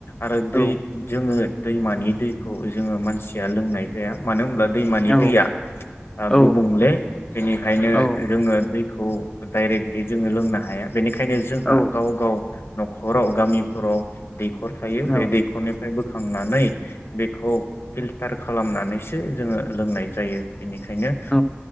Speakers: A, on the left; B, on the left.
A: आरो
B: औ
A: दै जोङो दैमानि दैखौ जोङो मानसिया लोंनाय जाया मानो होमब्ला दैमानि
B: औ
A: दैया ओ
B: औ
A: गुबुंले बेनिखायनो
B: औ
A: जोङो दैखौ डाइरेक्टहै जोङो लोंनो हाया बेनिखाय खायनो जोंहा
B: औ
A: गाव-गाव नखराव गामिफोराव दैखर थायो
B: औ
A: बे दैखरनिफ्राय बोखांनानै बेखौ फिल्टार खालामनानैसो जोङो लोंनाय जायो। बेनिखायनो
B: औ